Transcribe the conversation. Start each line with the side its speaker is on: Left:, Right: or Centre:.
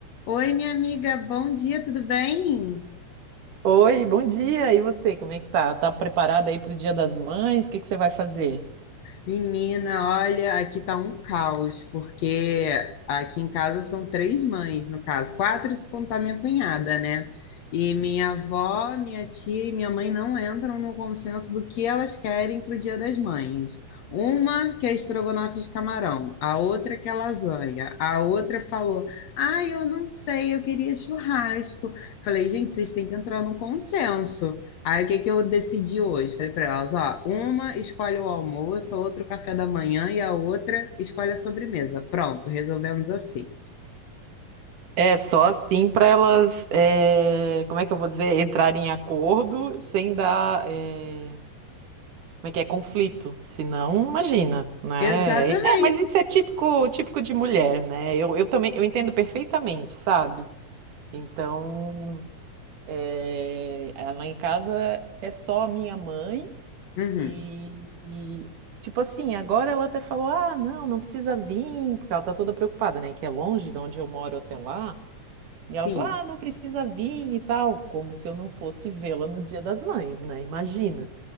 Left: Oi, minha amiga, bom dia, tudo bem?
Right: Oi, bom dia. E você, como é que tá? Tá preparada aí pro Dia das Mães? O que que você vai fazer?
Left: Menina, olha, aqui tá um caos, porque aqui em casa são três mães, no caso, quatro se contar minha cunhada, né? E minha avó, minha tia e minha mãe não entram no consenso do que elas querem pro Dia das Mães. Uma quer estrogonofe de camarão, a outra quer lasanha, a outra falou: "Ah, eu não sei, eu queria churrasco". Falei: "Gente, vocês têm que entrar no consenso". Aí o que que eu decidi hoje? Falei para elas, ó, uma escolhe o almoço, a outra o café da manhã e a outra escolhe a sobremesa. Pronto, resolvemos assim.
Right: É só assim para elas, eh, como é que eu vou dizer, entrarem em acordo sem dar, eh, como é que é, conflito. Senão, imagina, né?
Left: Exatamente.
Right: É, mas isso é típico, típico de mulher, né? Eu, eu também, eu entendo perfeitamente, sabe? Então, eh, lá em casa é só a minha mãe.
Left: Uhum.
Right: E, e, tipo assim, agora ela até falou: ah, não, não precisa vir, porque ela tá toda preocupada, né? Que é longe de onde eu moro até lá. E
Left: Sim.
Right: ela falou: ah, não precisa vir e tal, como se eu não fosse vê-la no Dia das Mães, né? Imagina.